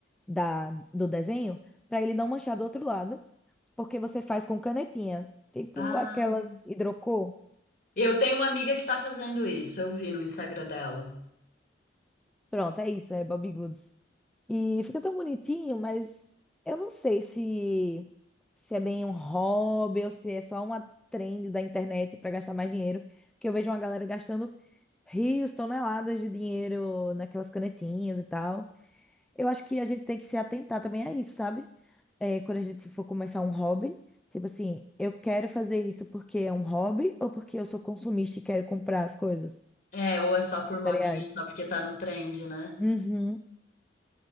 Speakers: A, in the centre; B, on the left.
A: da, do desenho para ele não manchar do outro lado, porque você faz com canetinha, tipo
B: Ah.
A: aquelas hidrocor.
B: Eu tenho uma amiga que tá fazendo isso, eu vi no Instagram dela.
A: Pronto, é isso, é Bobbie Goods. E fica tão bonitinho, mas eu não sei se se é bem um hobby ou se é só uma trend da internet para gastar mais dinheiro, porque eu vejo uma galera gastando rios, toneladas de dinheiro naquelas canetinhas e tal. Eu acho que a gente tem que se atentar também a isso, sabe? É, quando a gente for começar um hobby, tipo assim, eu quero fazer isso porque é um hobby ou porque eu sou consumista e quero comprar as coisas?
B: É, ou é só por modinha,
A: Cereais.
B: só porque tá no trend, né?
A: Uhum.